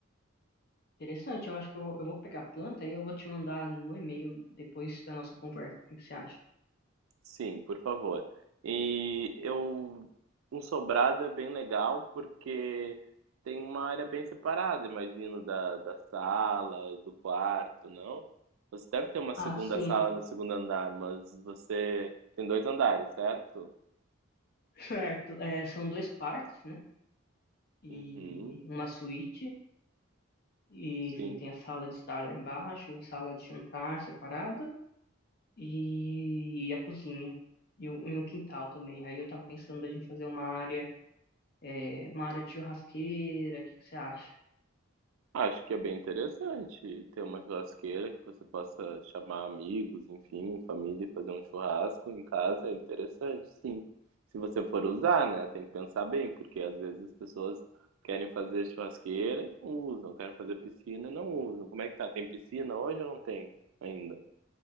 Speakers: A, on the left; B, on the right.
A: Interessante, eu acho que eu vou, eu vou pegar a planta e eu vou te mandar no e-mail depois da nossa conversa. O que que você acha?
B: Sim, por favor. E eu, um sobrado é bem legal porque tem uma área bem separada, imagino, da, da sala e do quarto, não? Você deve ter uma
A: Ah,
B: segunda
A: sim,
B: sala no segundo andar, mas você tem dois andares, certo?
A: certo. É, são dois quartos, né? E
B: Uhum,
A: uma suíte. E, enfim,
B: sim.
A: tem a sala de estar lá embaixo, a sala de jantar separada e a cozinha. E o, e o quintal também. Aí eu tava pensando da gente fazer uma área, é, uma área de churrasqueira, o que que você acha?
B: Acho que é bem interessante ter uma churrasqueira que você possa chamar amigos, enfim, família e fazer um churrasco em casa, é interessante, sim. Se você for usar, né, tem que pensar bem, porque às vezes as pessoas querem fazer churrasqueira e não usam, querem fazer piscina e não usam. Como é que tá? Tem piscina hoje ou não tem ainda?